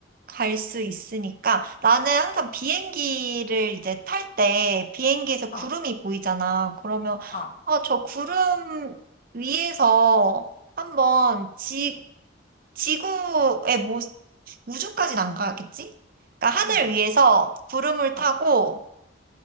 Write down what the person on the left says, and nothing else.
어,
어,
응,
어,